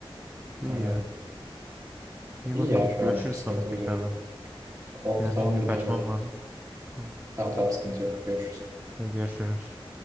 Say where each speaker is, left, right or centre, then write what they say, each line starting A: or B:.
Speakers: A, on the right (about 20°); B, on the right (about 35°).
A: İyi
B: Öyle.
A: ya. İyi
B: İyi
A: bakalım
B: ya şu
A: görüşürüz
B: anlık bir sıkıntımız
A: sonra tekrardan.
B: yok. Oldu
A: Ben
B: tamamdır
A: şimdi kaçmam
B: bay bay.
A: lazım. Tamam.
B: Tamam tamam sıkıntı yok. Görüşürüz.
A: Hadi görüşürüz.